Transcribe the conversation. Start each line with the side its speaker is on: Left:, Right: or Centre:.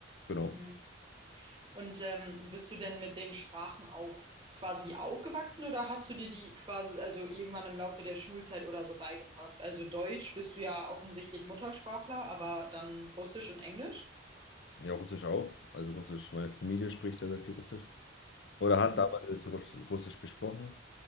Left: Genau.
Right: Mhm. Und ähm, bist du denn mit den Sprachen auch quasi aufgewachsen oder hast du dir die quasi, also irgendwann im Laufe der Schulzeit oder so beigebracht? Also Deutsch bist du ja offensichtlich Muttersprachler, aber dann Russisch und Englisch?
Left: Ja, Russisch auch. Also Russisch, meine Familie spricht sehr, sehr viel Russisch. Oder
Right: Mhm.
Left: hat damals sehr viel Russ- Russisch gesprochen.